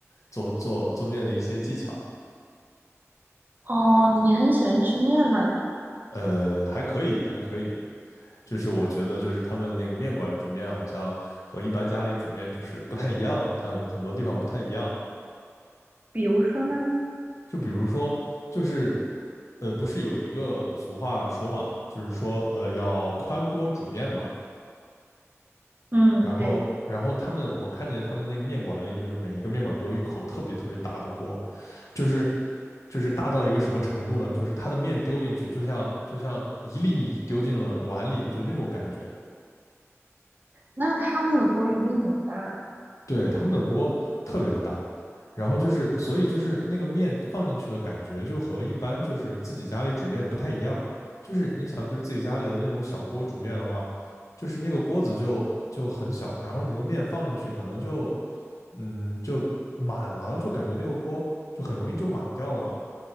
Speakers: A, on the left (about 80°); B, on the right (about 35°).
A: 做做做面的一些技巧，
B: 哦，你很喜欢吃面嘛？
A: 呃，还可以，还可以。就是我觉得，就是他们那个面馆煮面好像和一般家里煮面就是不太一样，它有很多地方不太一样。
B: 比如说呢？
A: 就比如说，就是呃，不是有一个俗话说嘛，就是说呃要宽锅煮面嘛。
B: 嗯，
A: 然后，
B: 对，
A: 然后他们我看见他们那个面馆里，就是每一个面馆都有一口特别特别大的锅，就是就是大到一个什么程度呢？就是它的面丢进去，就像就像一粒米丢进了碗里，就那种感觉。
B: 那他们的锅一定很大，
A: 对，他们的锅特别的大，然后就是所以就是那个面放进去的感觉，就和一般就是自己家里煮面不太一样。就是你想，就自己家里的那种小锅煮面的话，就是那个锅子就就很小，然后你那个面放进去，可能就嗯就满了，就感觉那个锅就很容易就满掉了嘛。